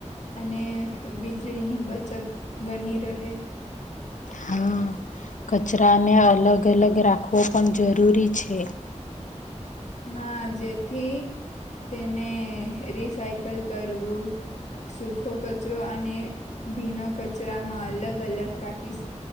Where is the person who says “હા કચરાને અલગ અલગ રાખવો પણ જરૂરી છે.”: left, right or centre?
Left